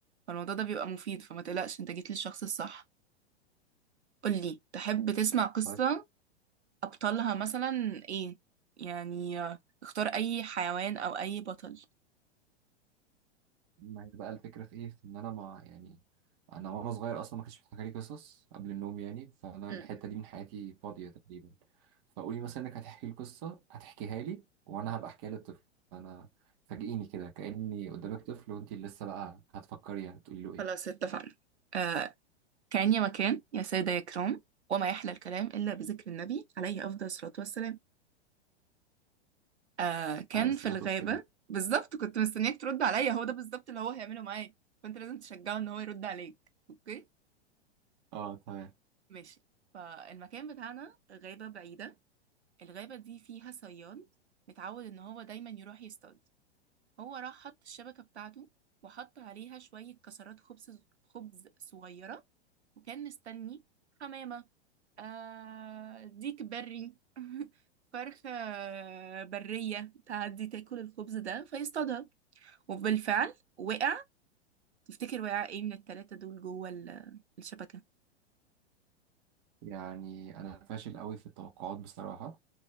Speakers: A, on the right (about 75°); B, on the right (about 25°).
A: فالموضوع ده بيبقى مفيد فما تقلقش انت جيت للشخص الصح قولي تحب تسمع قصه
B: طيب
A: ابطالها مثلا ايه يعني آه، اختار اي حيوان او اي بطل
B: ما هي بقى الفكرة في إيه؟ في إن أنا ما يعني أنا وأنا صغير أصلا ما كانش بيتحكى لي قصص قبل النوم يعني فأنا
A: مم.
B: الحتة دي من حياتي فاضية تقريبا فقولي مثلا إنك هتحكي لي قصة هتحكيها لي وأنا هبقى أحكيها للطفل أنا فاجئيني كده كأني قدامك طفل وأنت لسه بقى هتفكري هتقولي له إيه؟
A: خلاص اتفقنا آه كان يا مكان يا سادة يا كرام وما يحلى الكلام إلا بذكر النبي عليه أفضل الصلاة والسلام آه كان
B: أنا لسه
A: في الغابة
B: هتفصل
A: بالظبط كنت مستنياك ترد عليا هو ده بالظبط اللي هو هيعمله معاك فانت لازم تشجعه ان هو يرد عليك اوكي
B: أه تمام
A: ماشي فالمكان بتاعنا غابة بعيدة الغابة دي فيها صياد متعود ان هو دايما يروح يصطاد هو راح حط الشبكة بتاعته وحط عليها شوية كسرات خبز خبز صغيرة وكان مستني حمامة آه ديك بري <laughs> فرخة برية تعدي تاكل الخبز ده فيصطادها وبالفعل وقع تفتكر وقع ايه من التلاتة دول جوه ال- الشبكة
B: يعني أنا فاشل قوي في التوقعات بصراحة